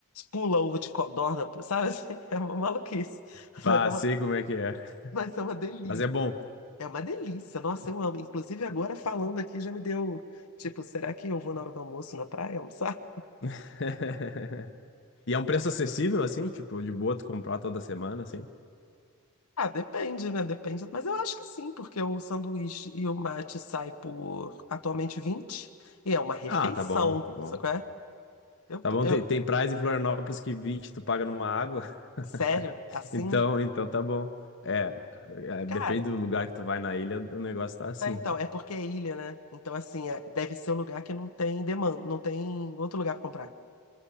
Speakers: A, on the left (about 85°); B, on the left (about 55°).
A: pula ovo de codorna, sabe assim? <laughs> É uma maluquice,
B: Bah,
A: mas é uma,
B: sei como é que é.
A: mas é uma delícia.
B: Mas é bom.
A: É uma delícia, nossa, eu amo. Inclusive, agora falando aqui já me deu, tipo, será que eu vou na hora do almoço na praia almoçar?
B: <laughs> E é um preço acessível, assim, tipo, de boa tu comprar toda semana, assim.
A: Ah, depende, né? Depende. Mas eu acho que sim, porque o sanduíche e o mate sai por atualmente 20 e é uma refeição,
B: Ah, tá bom, tá bom.
A: sabe qual é? Eu,
B: Tá bom,
A: eu,
B: tem, tem praias em Florianópolis que 20 tu paga numa água,
A: Sério?
B: <laughs>
A: Assim?
B: então, então tá bom. É, é, depende
A: Cara,
B: do lugar que tu vai na ilha, o negócio tá assim.
A: ah, então, é porque é ilha, né? Então, assim, é- deve ser um lugar que não tem demanda, não tem outro lugar pra comprar.